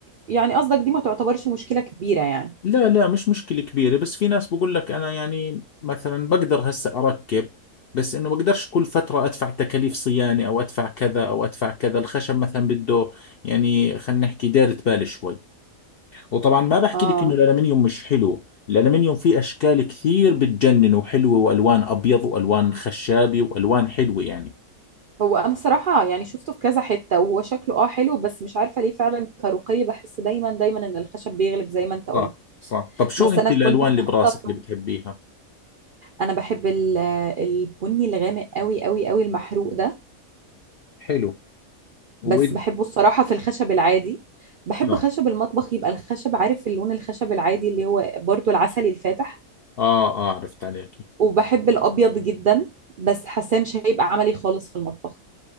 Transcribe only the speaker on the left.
لا لا مش مشكلة كبيرة بس في ناس بقول لك أنا يعني مثلا بقدر هسه أركب بس إنه بقدرش كل فترة أدفع تكاليف صيانة أو أدفع كذا أو أدفع كذا الخشب مثلا بده يعني خلينا نحكي دايرة بال شوي وطبعا ما بحكي
لك إنه الألمنيوم مش حلو الألمنيوم فيه أشكال كثير بتجنن وحلوة وألوان أبيض وألوان خشابي وألوان حلوة يعني
صح صح طب شو
أنت
الألوان
اللي
براسك اللي
بتحبيها؟
حلو وإد
آه
آه آه عرفت عليك